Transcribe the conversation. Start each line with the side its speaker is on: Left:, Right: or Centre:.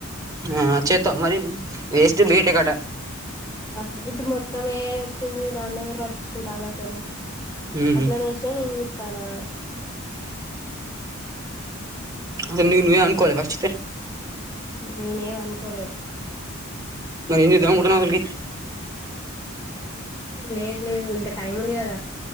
Right: ఆ చేత్తవ మరి వేస్ట్ బేటెక్ అటా
Left: ఆ ఇప్పుడు మొత్తం ఏఐ వచ్చింది దాన్నేవరు పట్టించుకుంటాలసలు
Right: హ్మ్
Left: అట్లానేేశే నేను జూత్తానా
Right: అసల్ ని నువ్వేం అనుకోలే ఫస్ట్ అయితే
Left: నేనెం అనుకోలే
Right: మరి ఏం జెద్దాం అనుకుంటన్నావ్ అసల్ కి
Left: లేదు లేదు ఇంకా టైం ఉంది కదా